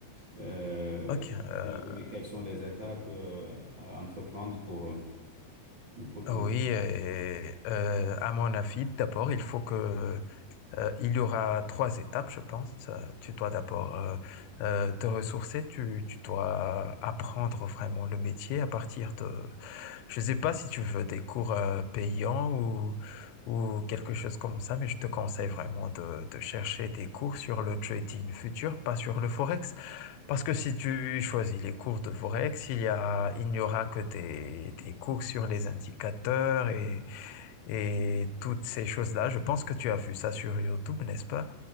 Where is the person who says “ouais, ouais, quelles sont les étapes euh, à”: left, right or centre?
Right